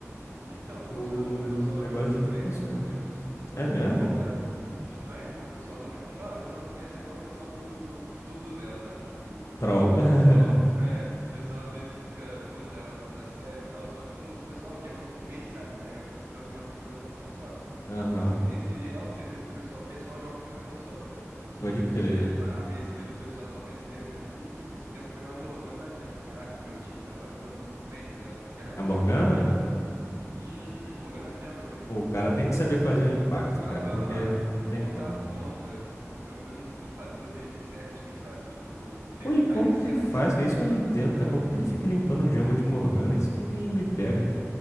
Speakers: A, on the right; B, on the left.
A: Então, funciona.
B: O,
A: Eu vi
B: o
A: um pessoal
B: negócio
A: jogando no
B: de tudo
A: Mestre
B: que funciona.
A: com isso.
B: É mesmo?
A: Cara, muito. Ah, é, pô, o pessoal do Mestre. Te falar, o pessoal do Mestre é igual o pessoal do, do- de todos os elos, sabe? Tipo,
B: Troll.
A: Pessoal,
B: <laughs>
A: é, pessoal às vezes fica, pô, não leva a parada a sério e tal, só que tem uns pessoal que é muito main, sabe? Pega, tipo, um campeão e fica jogando só com ele só.
B: Aham,
A: Tipo, nesse real você vê o pessoal que é só joga com um campeão só, tá ligado?
B: pode
A: E,
B: crer.
A: tipo, você vê as- ma- a maestria do pessoal, só maestria grande, e, tipo, esse tempo eu peguei uma Morgana Jungle, caraca, no meu time, tava jogando muito bem, tá ligado? Carregou
B: A Morgana?
A: o jogo, tipo isso. Uhum, Morgana Jungle, velho, tipo,
B: Pô, o cara tem que saber fazer o impacto,
A: tava,
B: cara, porque
A: mano,
B: não tem
A: ponta
B: como.
A: a ponta, tipo, gankando tudo, fazia os objetivos certinho, sabe? Tipo, no tempo-
B: Pô, e como
A: time certo,
B: que faz?
A: sabe?
B: é Isso que eu não entendo, cara. Como que ele fica limpando o Django de Morgana? Isso que me, me pega.